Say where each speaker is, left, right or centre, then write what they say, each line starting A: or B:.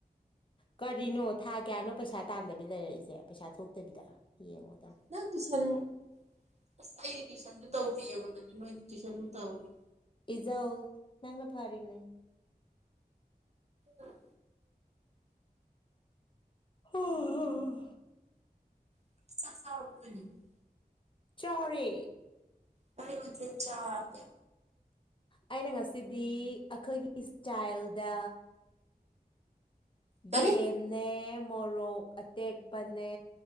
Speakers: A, on the left; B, on the right.
A: ꯀꯔꯤꯅꯣ ꯊꯥ ꯀꯌꯥꯅꯣ ꯄꯩꯁꯥ ꯇꯥꯟꯗꯕꯤ ꯂꯩꯔꯛꯏꯁꯦ ꯄꯩꯁꯥ ꯊꯣꯛꯇꯕꯤꯗ ꯌꯦꯡꯉꯣ
B: ꯅ ꯇꯨ ꯇꯨꯋꯁꯟꯁꯨ ꯇꯧꯗꯑꯕ ꯑꯗꯨ ꯅꯣꯏꯗꯤ ꯇꯨꯋꯁꯟ ꯇꯧꯋꯅꯤ
A: ꯏꯖꯎ ꯆꯪꯅ ꯐꯥꯔꯅꯦ
B: ꯎꯝ
A: ꯎꯝꯝ
B: <inaudible>
A: ꯆꯔꯦ
B: ꯃꯔꯤꯊ ꯆꯥ ꯀ
A: ꯑꯩꯅ ꯉꯁꯤꯗꯤ ꯑꯩꯈꯣꯏꯒꯤ ꯏꯁꯇꯥꯏꯜꯗ
B: ꯀꯔꯤ
A: ꯌꯦꯟꯅ ꯃꯣꯔꯣꯛ ꯑꯇꯦꯛꯄꯅꯦ